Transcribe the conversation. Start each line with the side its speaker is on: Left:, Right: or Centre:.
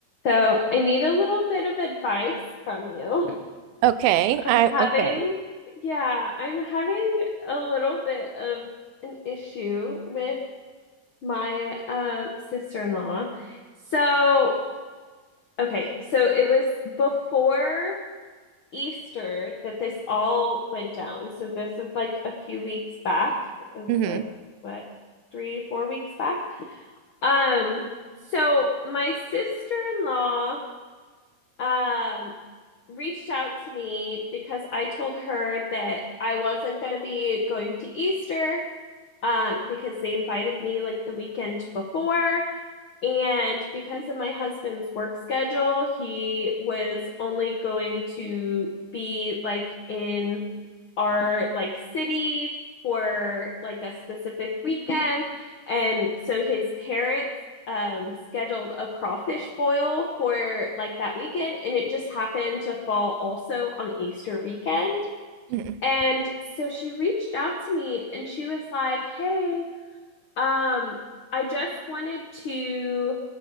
Left: So I need a little bit of advice from you.
Right: Okay.
Left: I'm
Right: I
Left: having,
Right: okay.
Left: yeah, I'm having a little bit of an issue with my um, sister-in-law. So, okay, so it was before Easter that this all went down. So this is like a few weeks back. It's
Right: Mm-hmm.
Left: like what, three, four weeks back. Um, so my sister-in-law um reached out to me because I told her that I wasn't going to be going to Easter um because they invited me like the weekend before and because of my husband's work schedule, he was only going to be like in our like city for like a specific weekend. And so his parents um scheduled a crawfish boil for like that weekend and it just happened to fall also on Easter weekend.
Right: hmm
Left: And so she reached out to me and she was like, "Hey, um, I just wanted to